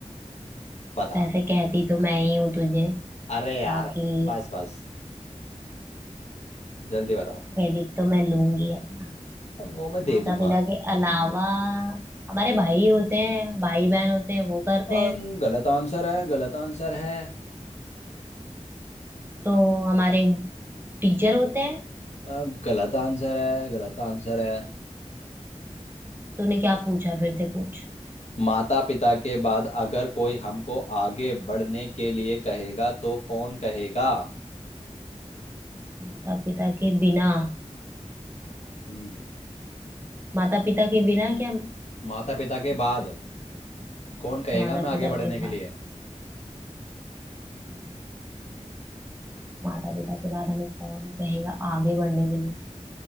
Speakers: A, on the left; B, on the right.
A: बता
B: वैसे कहती तो मैं ही हूँ तुझे
A: अरे यार
B: बाकी
A: बस बस जल्दी बता
B: क्रेडिट तो मैं लूंगी अपना
A: अब वो मैं दे
B: माता
A: दूंगा
B: पिता के अलावा हमारे भाई होते हैं भाई बहन होते हैं वो करते
A: अ,
B: हैं
A: गलत आंसर है गलत आंसर है
B: तो हमारे टीचर होते हैं
A: अ, गलत आंसर है गलत आंसर है
B: तूने क्या पूछा फिर से पूछ
A: माता पिता के बाद अगर कोई हमको आगे बढ़ने के लिए कहेगा तो कौन कहेगा
B: माता पिता के बिना
A: हम्म
B: माता पिता के बिना क्या
A: माता पिता के
B: माता
A: बाद
B: पिता
A: कौन कहेगा
B: तो माता
A: मैं आगे
B: पिता
A: बढ़ने
B: के
A: के
B: बाद
A: लिए
B: माता पिता के बाद हमें कौन कहेगा आगे बढ़ने के लिए